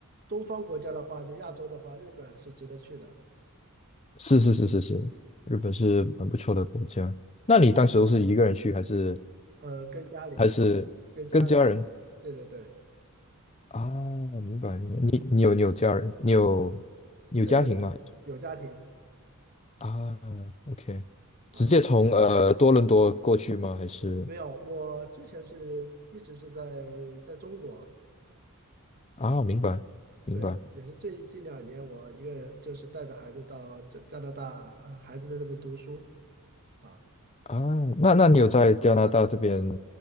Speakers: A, on the right; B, on the left.
A: 东方国家的话，就亚洲的话，日本还是值得去的，
B: 是是是是是，日本是很不错的国家。
A: 嗯，
B: 那你当时都是一个人去，还是
A: 呃，跟家里，
B: 还是跟家人
A: 跟家里，对对对，
B: 啊？明白明白。
A: 啊，
B: 你你有你有家人，你有你有家庭吗？
A: 对对，有家庭
B: 啊，OK，
A: 啊，
B: 直接从呃多伦多过去吗？还是
A: 没有，我之前是一直是在在中国。
B: 啊，明白明白
A: 对，也是最近两年，我一个人就是带着孩子到加加拿大，呃，孩子在这边读书啊，
B: 啊。那那你有在加拿大这边